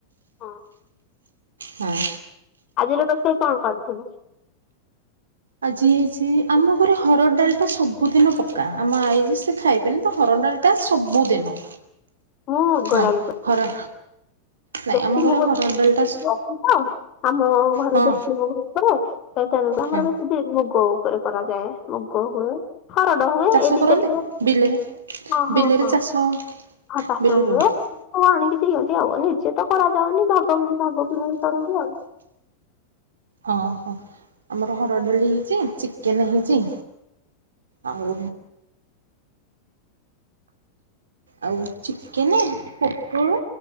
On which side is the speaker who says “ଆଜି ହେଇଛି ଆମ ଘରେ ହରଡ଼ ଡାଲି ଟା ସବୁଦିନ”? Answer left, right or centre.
Right